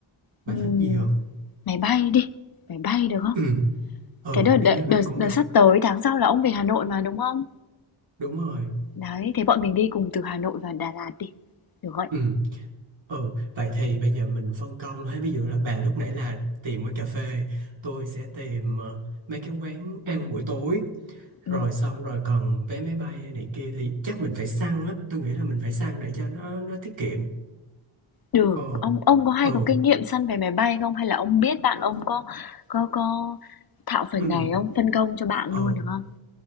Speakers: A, on the right; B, on the left.
A: bà
B: Ừm,
A: thích gì hơn?
B: máy bay đi, máy bay được không?
A: Ừ. Ừ,
B: Cái đợt, đợt,
A: đi máy bay
B: đợt,
A: cũng
B: đợt
A: được.
B: sắp tới, tháng sau là ông về Hà Nội mà đúng không?
A: Đúng rồi.
B: Đấy, thế bọn mình đi cùng từ Hà Nội và Đà Lạt đi, được không?
A: Ừ. Ừ, vậy thì bây giờ mình phân công luôn ha. Ví dụ là bà lúc nãy là tìm quán cà phê, tôi sẽ tìm ờ, mấy cái quán ăn buổi tối rồi
B: Ừm,
A: xong rồi còn vé máy bay hay này kia thì chắc mình phải săn á tôi nghĩ là mình phải săn để cho nó nó tiết kiệm
B: được,
A: ờ
B: ông ông có hay
A: ờ
B: có kinh nghiệm săn vé máy bay không? Hay là ông biết bạn ông có có có thạo phần
A: ừ
B: này không? Phân công cho bạn
A: ờ
B: luôn được không?